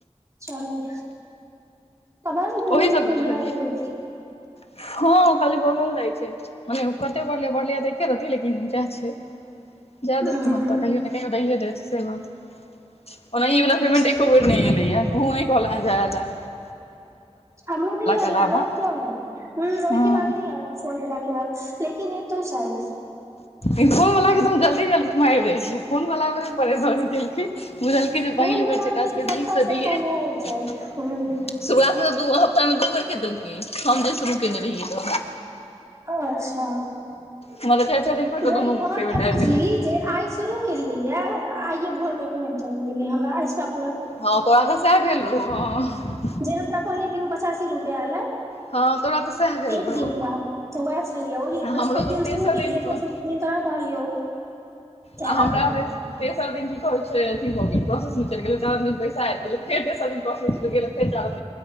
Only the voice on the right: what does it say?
चलअब तर पेमेंट
कहिआत।
हँ
से
तऽ
छै
आनील
त ह ओकी
बन्दल। <inaudible> फोन बलाे बाद लेकिन हेतो सायद एक तो शायद।
होम
वला
मे
सप्ताह
सप्ताह
मे आबि जाउ
हूँ
अच्छा
गए
हम
ता बुझी
जे आइ शुरू केलियै, आइये भोरमे घुसि गेलै हमरा एहि।
जे हमरा कहना रहियो पचासी रुपआ अलै।
एक
दिन प तऽ वएह छलैए ओही
बृहस्पति
दिन
शुरू केलियै
फर। दिन तरह कहलियौ। तऽ
एना कऽ